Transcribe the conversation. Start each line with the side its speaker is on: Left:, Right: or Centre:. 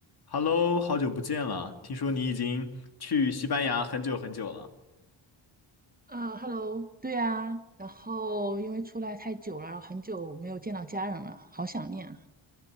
Left: Hello，好久不见了，听说你已经去西班牙很久很久了。
Right: 呃，Hello，对啊，然后因为出来太久了，然后很久没有见到家人了，好想念啊。